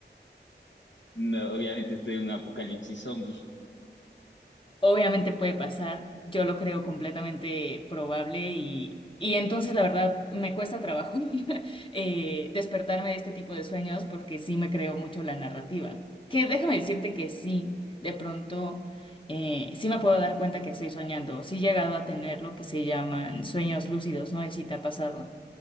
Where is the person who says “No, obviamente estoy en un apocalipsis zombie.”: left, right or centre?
Left